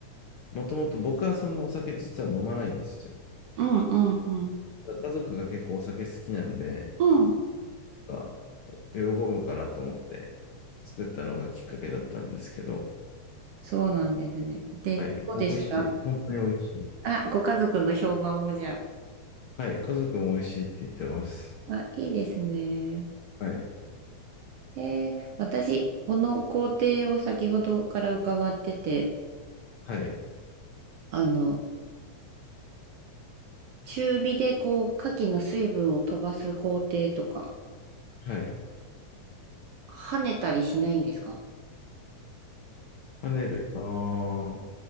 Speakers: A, on the left; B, on the right.
A: もともと僕はそんなお酒実は飲まないんですよ。
B: うんうんうん。
A: 家族が結構お酒好きなんで、
B: うん。
A: あ喜ぶかなと思って作ったのがきっかけだったんですけど、
B: そうなんですね。で、
A: はい。
B: どうですか
A: 美味しい。本当に美味しい。
B: あ、ご家族の評判もじゃ
A: はい。家族も美味しいって言ってます。
B: あ。あ、いいですね。
A: はい。
B: えー私、この工程を先ほどから伺ってて、
A: はい。
B: あの、中火でこう、牡蠣の水分を飛ばす工程とか、
A: はい。
B: 跳ねたりしないんですか
A: 跳ねる。ああ、